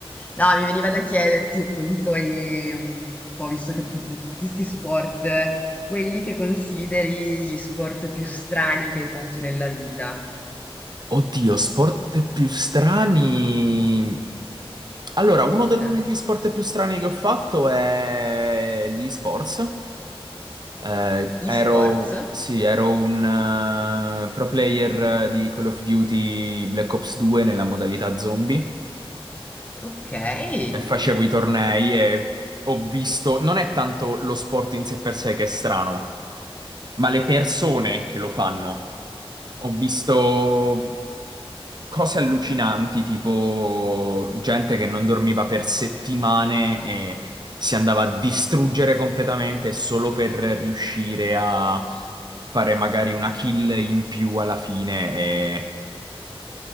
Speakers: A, on the left; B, on the right.
A: No, mi veniva da chiederti appunto, i- mm, un po' visto che appunto fai tutti questi sport, quelli che consideri gli sport più strani che hai fatto nella vita.
B: Oddio, sport più strani. Allora, uno degli
A: Eh,
B: sport più strani che ho fatto è gli sports Eh,
A: Gli
B: ero,
A: sport?
B: sì, ero un eh, pro player di Call of Duty Black Ops 2 nella modalità zombie.
A: Ok, eh,
B: E facevo i tornei e ho visto, non è tanto lo sport in sé per sé che è strano, ma le persone che lo fanno. Ho visto cose allucinanti, tipo gente che non dormiva per settimane e si andava a distruggere completamente solo per riuscire a fare magari una kill in più alla fine e